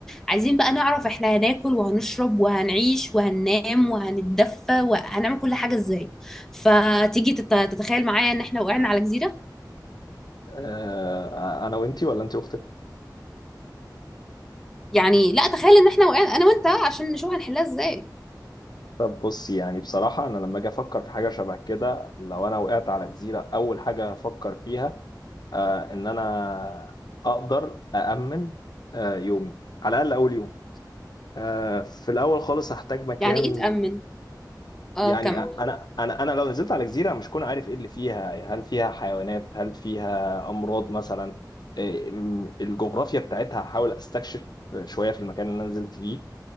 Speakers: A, in the centre; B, on the left (about 65°).
A: عايزين بقى نعرف احنا هناكل وهنشرب وهنعيش وهننام وهنتدفى وهنعمل كل حاجه ازاي فتيجي تت- تتخيل معايا ان احنا وقعنا على جزيره
B: آه، انا وانتي ولا انتي واختك
A: يعني لا تخيل ان احنا وقعنا انا وانت عشان نشوف هنحلها ازاي
B: طب بصي يعني بصراحه انا لما اجي افكر في حاجه شبه كده لو انا وقعت على جزيره اول حاجه هفكر فيها آه، ان انا اقدر أأمن آه، يومي على الاقل اول يوم آه، في الاول خالص هحتاج مكان
A: يعني ايه تأمن اه
B: يعني
A: كمل
B: انا انا انا لو نزلت على جزيره مش كون عارف ايه اللي فيها هل فيها حيوانات هل فيها امراض مثلا إيه، م- الجغرافيا بتاعتها هحاول استكشف شويه في المكان اللي انا نزلت فيه